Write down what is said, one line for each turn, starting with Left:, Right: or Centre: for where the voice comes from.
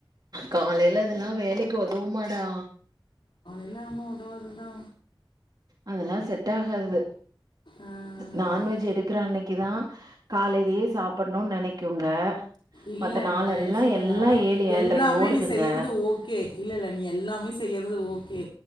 Right: காலைல இதெல்லா வேலைக்கு ஒதவும்மாடா
Left: எல்லாமு ஒதவாது தா
Right: அதல்லா செட் ஆகாது
Left: ஆ.
Right: நான்வெஜ் எடுக்குற அன்னக் கிதா காலைலியே சாப்பட்ணு நெனைக்குங்க
Left: இல்ல
Right: மத்த நாளெல்லா
Left: நா என்ன சொல்றன்னா
Right: எல்லா ஏழு ஏழ்ரைக்கு
Left: எல்லாமே
Right: ஓடுதுங்க
Left: நீ செய்யறது ஓகே இல்லல்ல நீ எல்லாமே செய்யறது ஓகே